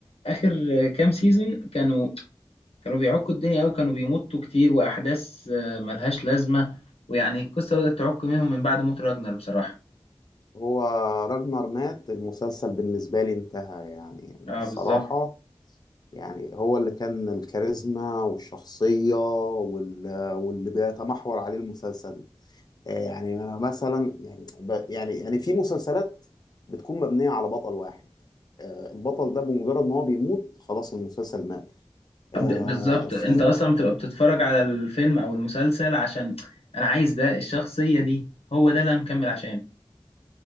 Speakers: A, on the left; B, on the left.
A: آخر آه، كام سيزون كانوا كانوا بيعكوا الدنيا أوي كانوا بيمطوا كتير وأحداث آه، ملهاش لازمة ويعني القصة بدأت تعك منهم من بعد موت راجنر بصراحة
B: هو راجنر مات المسلسل بالنسبة لي انتهى يعني
A: اه
B: الصراحة
A: بالظبط
B: يعني هو اللي كان الكاريزما والشخصية وال- واللي بيتمحور عليه المسلسل آه، يعني مثلا يعني ب- يعني يعني في مسلسلات بتكون مبنية على بطل واحد آه، البطل ده بمجرد ما هو بيموت خلاص المسلسل مات آه،
A: ب- بالظبط
B: في
A: انت اصلا بتبقى بتتفرج على الفيلم او المسلسل عشان انا عايز ده الشخصية دي هو ده اللي انا مكمل عشان